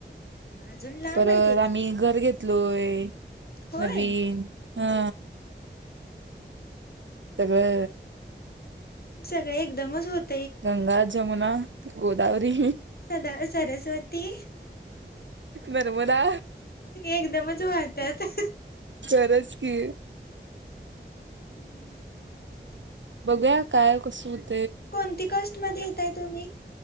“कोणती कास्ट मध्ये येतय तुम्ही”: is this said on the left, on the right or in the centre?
Left